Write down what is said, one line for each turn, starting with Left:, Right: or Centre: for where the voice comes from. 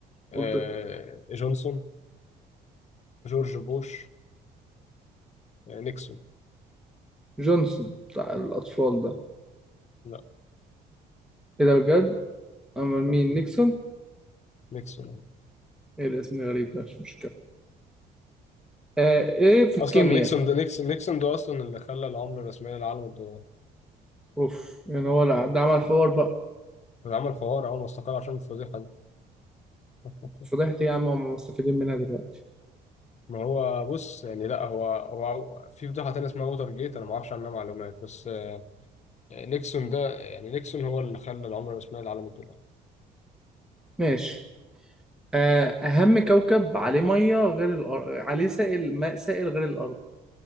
Left: آه
Centre: قلت
Left: جونسون جورج بوش آه نيكسون
Centre: جونسون بتاع الأطفال ده
Left: لا
Centre: ايه ده بجد؟ أمال مين
Left: لا لا.
Centre: نيكسون؟
Left: نيكسون
Centre: ايه الاسم الغريب ده مش مشكلة آه ايه في الكيمياء؟
Left: اصلا نيكسون ده نيكسون نيكسون ده اصلا اللي خلى العمله الرسميه للعالم الدولار
Centre: اوف يعني هو لا ده عمل حوار بقى
Left: اللي عمل فوار اول ما استقال عشان الفضيحه دي <laughs>
Centre: فضحت إيه يا عم هم مستفيدين منها دلوقتي
Left: ما هو بص يعني لا هو هو في فضيحه تانية اسمها ووتر جيت انا ما اعرفش عنها معلومات بس آه نيكسون ده يعني نيكسون هو اللي خلى العمله الرسميه للعالم الدولار
Centre: ماشي آه، أهم كوكب عليه مية غير الأرض عليه سائل ماء سائل غير الأرض